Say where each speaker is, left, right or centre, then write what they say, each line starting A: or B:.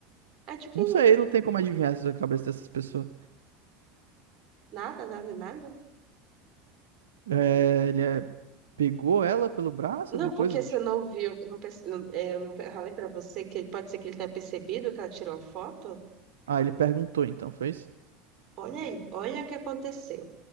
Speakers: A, on the right (about 45°); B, on the right (about 90°).
A: Adivinha?
B: Não sei, não tem como adivinhar essa cabeça dessas pessoas.
A: Nada, nada, nada.
B: É, ele é- pegou ela pelo braço,
A: Não,
B: alguma coisa?
A: porque você
B: de-
A: não viu, eu não, perce- não- é, eu não falei pra você que pode ser que ele tenha percebido que ela tirou a foto.
B: Ah, ele perguntou então, foi isso?
A: Olha aí, olha o que aconteceu.